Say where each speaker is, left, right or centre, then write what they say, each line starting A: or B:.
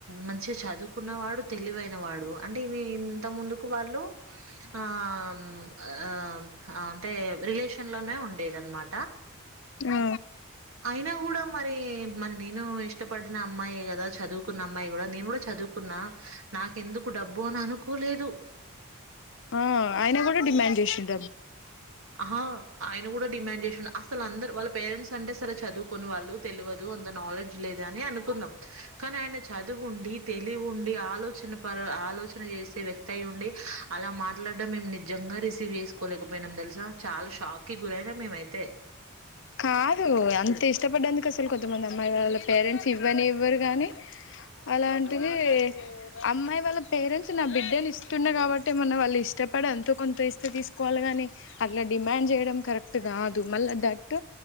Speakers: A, on the right; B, on the left.
A: మంచిగా చదువుకున్న వాడు తెలివైన వాడు అంటే ఇమె ఇంత ముందుకు వాళ్ళు అం అం అంటే రిలేషన్లోనే ఉండేది అనమాట.
B: అ
A: అయినా కూడా మరి మరి నేను ఇష్టపడిన అమ్మాయే కదా చదువుకున్న అమ్మాయి కూడా నేను కూడా చదువుకున్నా నాకెందుకు డబ్బు అని అనుకోలేదు.
B: ఉ ఆయన కూడా డిమాండ్ జేసిండ్
A: ఆహా ఆయన కూడా డిమాండ్ చేసిండు అసలు అందరు వాళ్ళ పేరెంట్స్ అంటే సరే చదువుకొని వాళ్ళు తెల్వదు. అంత నాలెడ్జ్ లేదు అని అనుకున్నాం. కానీ ఆయన చదువు ఉండి తెలివి ఉండి ఆలోచన ప ఆలోచన చేసే వ్యక్తిఅయి ఉండి అలా మాట్లాడడం మేము నిజంగా రిసీవ్ చేసుకోలేకపోయినాం తెలుస. చాలా షాక్కి గురయినం మేం ఐతే
B: కాదు అంత ఇష్టపడ్డందుకు అసలు కొంతమంది అమ్మాయి వాళ్ళ పేరెంట్స్ ఇవ్వనే ఇవ్వరు కానీ అలాంటిది అమ్మాయి వాళ్ళ పేరెంట్స్ నా బిడ్డనీ ఇస్తున్నా కాబట్టి ఏమన్నా వాళ్ళు ఇష్ పడి ఎంతో కొంత ఇస్తే తీసుకోవాలి కాని అట్లా డిమాండ్ చేయడం కరెక్ట్ కాదు మళ్ళ థా ట్